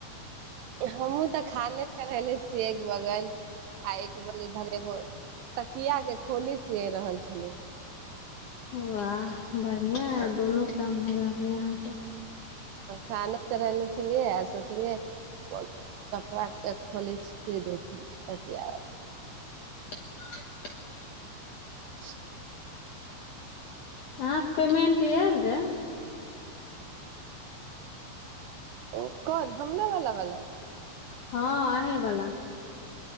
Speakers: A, on the right; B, on the left.
A: हमहुूँ तऽ खाने चढ़ेले छियै एक बगल आ एक बल इधर एगो तकिया के खोली सि रहल छलिय
B: वाह बढ़िआ है दोनो काम हो रहलै यहाँ तऽ
A: खाना चढ़ले छलियै आ सब <unintelligible> खोलज से र सी
B: <unintelligible>
A: <unintelligible>
B: अहाँके पेमेंट आयल रहए
A: ओ कोन हमरा वाला वाला
B: हँ अहे बला